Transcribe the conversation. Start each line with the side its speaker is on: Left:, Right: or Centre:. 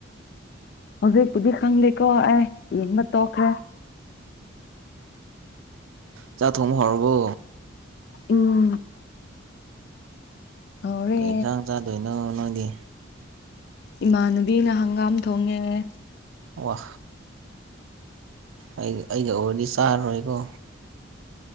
Left: ꯍꯧꯖꯤꯛꯄꯨꯗꯤ ꯈꯪꯗꯦꯀꯣ ꯑꯩ ꯌꯦꯡꯕ ꯇꯣꯛꯈ꯭ꯔꯦ
Right: ꯆꯥꯛ ꯊꯣꯡꯕꯥ ꯍꯧꯔꯕꯣ
Left: ꯎꯝ ꯍꯧꯔꯦ
Right: ꯀꯩ ꯏꯟꯁꯥꯡ ꯆꯥꯗꯣꯏꯅꯣ ꯅꯪꯗꯤ
Left: ꯏꯃꯥꯟꯅꯕꯤꯅ ꯍꯪꯒꯥꯝ ꯊꯣꯡꯉꯦ
Right: ꯋꯥ ꯑꯩ ꯑꯩꯒ ꯑꯣꯏꯔꯗꯤ ꯆꯥꯔꯔꯣꯏꯀꯣ